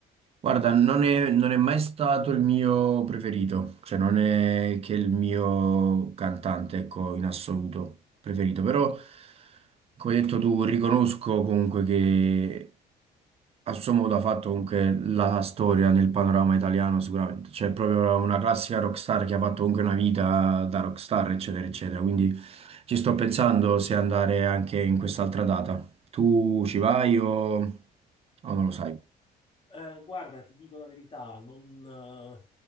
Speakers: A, on the right; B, on the left.
A: Guarda, non è, non è mai stato il mio preferito, cioè non è che il mio cantante, ecco, in assoluto preferito, però come hai detto tu, riconosco comunque che a suo modo ha fatto comunque la storia nel panorama italiano sicuramente, cioè è proprio una classica rockstar che ha fatto comunque una vita da rockstar, eccetera, eccetera, quindi ci sto pensando se andare anche in quest'altra data. Tu ci vai o, o non lo sai?
B: Eh, guarda, ti dico la verità, non, eh,